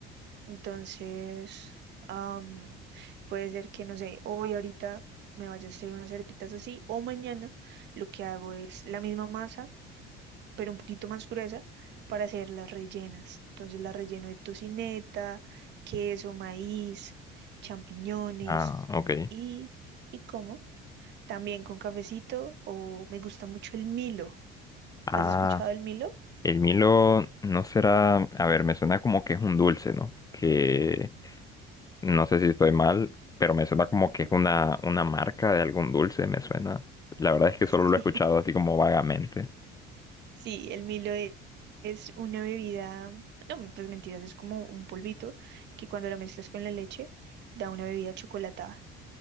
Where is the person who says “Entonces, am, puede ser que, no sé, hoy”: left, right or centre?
Right